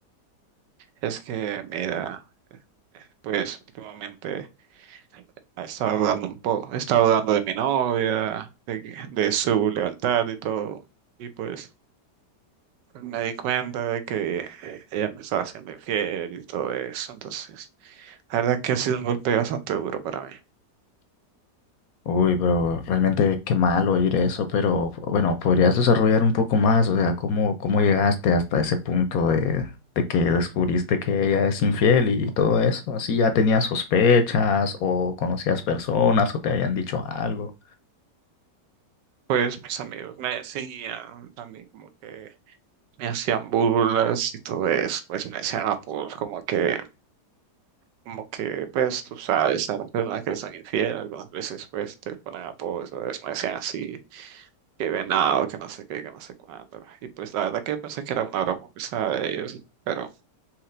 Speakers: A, on the right; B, on the left.
A: Es que, mira, eh, pues últimamente... Estaba dudando un poco, estaba dudando de mi novia, de, que- de su lealtad y todo. Y pues me di cuenta de que eh, ella me estaba haciendo infiel y todo eso. Entonces, la verdad que ha sido un golpe bastante duro para mí.
B: Uy, pero realmente qué mal oír eso, pero bueno, ¿podrías desarrollar un poco más? O sea, ¿cómo, cómo llegaste hasta ese punto de, de que descubriste que ella es infiel y todo eso? ¿Así ya tenías sospechas o conocías personas o te habían dicho algo?
A: Pues mis amigos me decían también como que me hacían burlas y todo eso. Pues me decían apodos como que, como que, pues tú sabes, a las personas que les son infieles algunas veces pues te ponen apodos, entonces me decían así. que venado, que no sé qué, que no sé cuándo. Y pues la verdad que pensé que era una broma pesada de ellos, pero